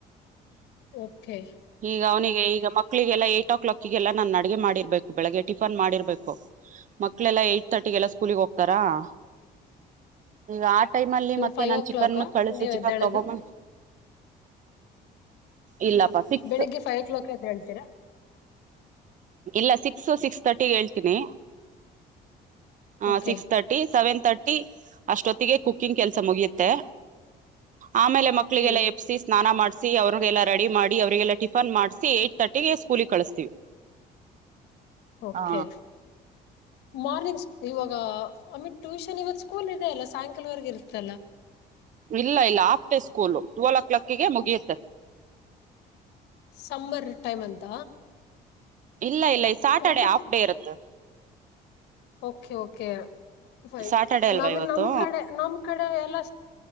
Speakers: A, on the left (about 85°); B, on the right (about 50°).
A: ಓಕೆ
B: ಈಗ ಅವನಿಗೆ ಈಗ ಮಕ್ಕಳಿಗೆಲ್ಲ ಏ್ಟಟ್ ಓ ಕ್ಲಾಕ್ಗೆಲ್ಲ ನನ್ನ ಅಡಗೆ ಮಾಡಿರ್ಬೇಕು ಬೆಳಿಗ್ಗೆ ಟಿಫನ್ ಮಾಡಿರ್ಬೇಕು ಮಕ್ಕಳೆಲ್ಲಾ ಏ ತಟ್ಟಿಗೆಲ್ಲ ಸ್ಕೂಲಿಗೆ ಹೋಗ್ತಾರಾ ಹ ಆ ಟೈಮ್ ಅಲ್ಲಿ ಮತ್ತೆ
A: ಫೈವ್
B: ನಾನ್
A: ಓ
B: ಚಿಕನ್
A: ಕ್ಲಾಕ್
B: ಕಳಿಸಿ
A: ನೀವ್
B: ಚಿಕನ್
A: ಎದ್ದೇಳದು
B: ತಗೊಮ್ಮ ಇಲ್ಲಪ್ಪಾ ಸಿಕ್ಕ
A: ಬೆಳಗ್ ಫೈವ ಓ ಕ್ಲಾಕ್ ಎದ್ದೇಳ್ತೀರಾ
B: ಇಲ್ಲ ಸಿಕ್ಸ್ ಸಿಕ್ಸ್ ತರ್ಟಿ ಹೇಳ್ತೀನಿ ಹ
A: okay
B: six thirty seven thirty ಅಷ್ಟೊತ್ತಿಗೆ ಕುಕ್ಕಿಂಗ್ ಕೆಲಸ ಮುಗಿಯುತ್ತೆ ಆಮೇಲೆ ಮಕ್ಳಿಗೆಲ್ಲ
A: ಹ್ಮ್
B: ಎಬ್ಬಸಿ ಸ್ನಾನ ಮಾಡ್ಸ ಅವ್ರಿಗೆಲ್ಲ ರೆಡಿ ಮಾಡಿ ಅವರಿಗೆಲ್ಲ ಟಫನ್ ಮಾಡಿ ಏಟ್ ತಟಿ ಹಗ ಸ್ಕೂಲಿಗೆ ಕಳಸ್ತೀವಿ
A: ಓಕೆ
B: ಹಾ
A: ಮಾರ್ನಿಂಗ್ ಇವಾಗ ಟ್ಯೂಶನ್ ಇ ಸ್ಕೂಲ್ ಇದೆ ಅಲ್ಲ ಸಾಯಂಕಾಲವರೆಗ ಇರ್ತಲ್ಲ
B: ಇಲ್ಲ ಇಲ್ಲ ಆಫಡೇ ಸ್ಕೂಲು ಟೂ ಕ್ಲಾಕಿಗೆ ಮುಗಿಯುತ್ತೆ
A: ಸಮ್ಮರ್ ಟೈಮ್ ಅಂತ
B: ಇಲ್ಲ ಇಲ್ಲ ಈ ಸಾಟರ್ಡೆ
A: ವಿಂಟರ್ಸ್
B: ಆಫ್ ಡೇ ಇರುತ್ತೆ
A: ಓಕೆ ಓಕೆ ಫೈನ್
B: ಸ್ಯಾಟರ್ಡೆ ಅಲ್ವಾ
A: ನಮನ್
B: ಇವತ್ತು
A: ನಮ ಕಡೆ ನಮ್ ಕಡೆ ಎಲ್ಲ